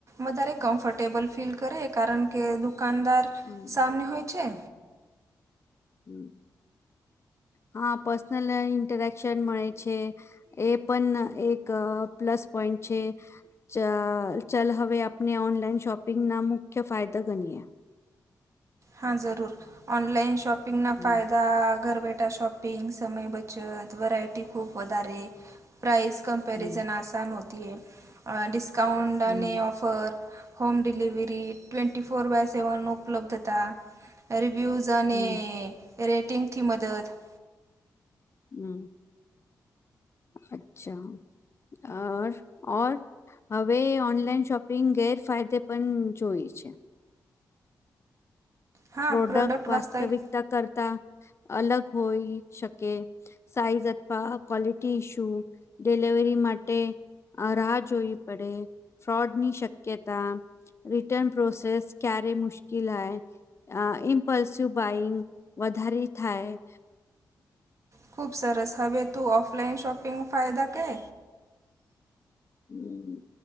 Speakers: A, on the right (about 45°); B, on the left (about 40°).
A: વધારે કમ્ફર્ટેબલ ફીલ કરે, કારણ કે દુકાનદાર
B: હમ
A: સામને હોય છે.
B: હમ્મ, હા, પર્સનલ ઇન્ટરેક્શન મળે છે. એ પણ એક પ્લસ પોઈન્ટ છે. ચ ચલ, હવે આપને ઓનલાઈન શોપિંગના મુખ્ય ફાયદા ગનીએ.
A: હા, જરૂર. ઓનલાઈન શોપિંગના
B: હમ
A: ફાયદા ઘર બેઠા શોપ પિંગ, સમય બચત, વરાયટી ખૂબ વધારે, પ્રાઈઝ કમ કમ્પેરિઝન.
B: હમ
A: અહીં ડિસ્કાઉન્ટ
B: હમ
A: અને offer. Home delivery, twenty four by seven ઉપલબ્ધતા રિવ્યુઝ. ઝને
B: હમ
A: રેટિંગથી મદદ
B: હમ્મ, અચ્છા, અહ અર ઔર? હવે ઓનલાઈન શોપિંગ ગેરફાયદે પણ જોઈ છે.
A: હા
B: પ્રોડક્ટ વાસ્તવિકતા
A: વાસ્તવિક
B: કરતા અલગ હોઈ શકે. સાઈઝ અથવા ક્વોલિટી ઇશુ, ડિલીવરી માટે અહીં રાહ જોવી પડે, ફ્રોડની શક્યતા. રિટર્ન પ્રોસેસ, ક્યારે મુશ્કિલાઈ. અહીં ઇમ્પલ્સિવ બાઈંગ, વધારી થાય.
A: ખૂબ સરસ. હવે તું ઓફલાઈન શોપિંગ ફાયદા કહે?
B: હમ્મ,